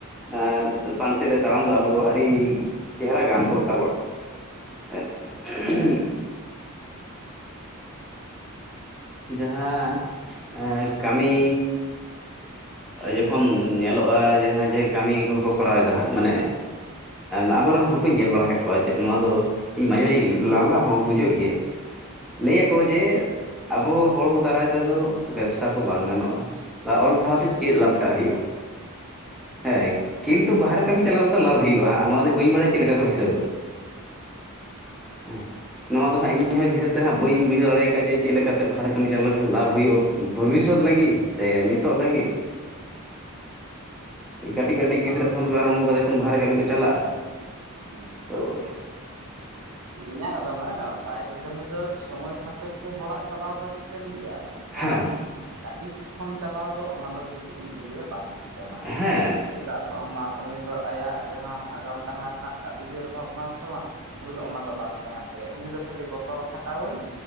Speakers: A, in the centre; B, on the right.
A: ᱮᱸ ᱯᱟᱱᱛᱮ ᱛᱮ ᱛᱟᱲᱟᱢ ᱫᱚ ᱟᱵᱚ ᱟᱹᱰᱤ ᱪᱮᱦᱨᱟ ᱜᱟᱱ ᱠᱚᱜ ᱛᱟᱵᱚᱱᱟ ᱥᱮ ᱩᱸ ᱦᱩᱸ ᱡᱟᱦᱟᱸ ᱮᱸ ᱠᱟᱹᱢᱤ ᱡᱚᱠᱷᱚᱱ ᱧᱮᱞᱚᱜᱼᱟ ᱡᱟᱦᱟᱸ ᱡᱮ ᱠᱟᱹᱢᱤ ᱠᱚᱠᱚ ᱠᱚᱨᱟᱣᱮᱫᱟ ᱦᱟᱸᱜ ᱢᱟᱱᱮ ᱟᱵᱚᱨᱮᱱ ᱦᱚᱲ ᱠᱚᱧ ᱧᱮᱞ ᱵᱟᱲᱟ ᱠᱟᱜ ᱠᱚᱣᱟ ᱪᱮᱫ ᱱᱚᱣᱟ ᱫᱚ ᱤᱧ ᱢᱟᱡᱷᱮ ᱢᱟᱡᱷᱮ ᱞᱟᱸᱫᱟ ᱦᱚᱸ ᱵᱩᱡᱷᱟᱹᱜ ᱜᱮᱭᱟ ᱞᱟᱹᱭᱟ ᱠᱚ ᱡᱮ ᱟᱵᱚ ᱦᱚᱲ ᱫᱟᱨᱟᱭ ᱛᱮᱫᱚ ᱵᱮᱵᱽᱥᱟ ᱠᱚ ᱵᱟᱝ ᱜᱟᱱᱚᱜᱼᱟ ᱵᱟ ᱚᱞ ᱯᱟᱲᱦᱟᱣ ᱛᱮ ᱪᱮᱫ ᱞᱟᱵᱷᱴᱟᱜ ᱦᱩᱭᱩᱜᱼᱟ ᱦᱮᱸ ᱠᱤᱱᱛᱩ ᱵᱟᱦᱨᱮ ᱠᱟᱹᱢᱤ ᱪᱟᱞᱟᱣ ᱫᱚ ᱫᱚ ᱞᱟᱵ ᱦᱩᱭᱩᱜᱼᱟ ᱦᱟᱸᱜ ᱱᱚᱣᱟ ᱫᱚ ᱵᱟᱹᱧ ᱵᱟᱲᱟᱭᱟ ᱪᱮᱫ ᱞᱮᱠᱟ ᱠᱚ ᱦᱤᱥᱟᱵ-ᱟ ᱦᱮᱸ ᱱᱚᱣᱟ ᱫᱚ ᱦᱟᱜ ᱤᱧ ᱦᱚᱸᱦᱤᱥᱟᱹᱵ ᱛᱮ ᱦᱟᱸᱜ ᱵᱟᱹᱧ ᱵᱩᱡᱷᱟᱹᱣ ᱫᱟᱲᱮ ᱟᱠᱟᱫᱟ ᱡᱮ ᱪᱮᱫ ᱞᱮᱠᱟᱛᱮ ᱵᱟᱦᱨᱮ ᱠᱟᱹᱢᱤ ᱪᱟᱞᱟᱣ ᱞᱮᱠᱷᱟᱱ ᱞᱟᱵᱷ ᱦᱩᱭᱩᱜᱼᱟ, ᱵᱷᱚᱵᱤᱥᱚᱛ ᱞᱟᱹᱜᱤᱫ ᱥᱮ ᱱᱤᱛᱚᱜ ᱞᱟᱹᱜᱤᱫ ᱦᱮᱸ ᱠᱟᱹᱴᱤᱡ ᱠᱟᱹᱴᱤᱡ ᱜᱤᱫᱽᱨᱟᱹ
B: ᱟᱫᱚ
A: ᱠᱷᱚᱱ ᱠᱚ ᱟᱨᱟᱢᱵᱷᱚ ᱮᱠᱷᱚᱱ ᱵᱟᱦᱨᱮ ᱠᱟᱹᱢᱤ ᱠᱚ ᱪᱟᱞᱟᱜᱼᱟ᱾
B: ᱦᱩᱸ
A: ᱛᱚ
B: ᱤᱧᱟᱹᱜ ᱫᱚ ᱦᱮ ᱵᱟᱭᱨᱮ ᱠᱟᱹᱢᱤ ᱫᱚ ᱥᱚᱢᱚᱭ ᱥᱟᱯᱮᱠᱷᱮ ᱦᱚᱲᱟᱜ ᱪᱟᱞᱟᱣ ᱫᱚ ᱴᱷᱤᱠᱟᱹᱱ ᱜᱮᱭᱟ ᱢᱮᱱ ᱠᱷᱟᱱ
A: ᱦᱮᱸ
B: ᱠᱟᱹᱴᱤᱡ ᱠᱷᱚᱱ ᱪᱟᱞᱟᱣ ᱫᱚ ᱚᱱᱟ ᱫᱚ ᱠᱤᱱᱛᱩ ᱤᱧᱫᱩᱧ ᱞᱟᱹᱭᱟ ᱵᱟᱝ <unintelligible>
A: ᱦᱮᱸ
B: ᱪᱮᱫᱟᱜ ᱵᱟᱝᱢᱟ ᱩᱱᱤ ᱫᱚ ᱟᱭᱟᱜ ᱡᱟᱦᱟᱸ ᱟᱜᱟᱢ ᱰᱟᱦᱟᱨ ᱨᱮᱱᱟᱜ ᱩᱭᱦᱟᱹᱨ ᱵᱷᱟᱵᱽᱱᱟ ᱥᱮ ᱵᱟᱝ ᱩᱱᱤ ᱫᱚ ᱚᱱᱟ ᱫᱚ ᱵᱟᱝ ᱛᱟᱦᱮᱱ ᱛᱮ ᱩᱱᱤ ᱫᱚ ᱠᱷᱟᱹᱞᱤ ᱜᱚᱛᱚᱨ ᱠᱷᱟᱴᱟᱣᱟᱹᱧ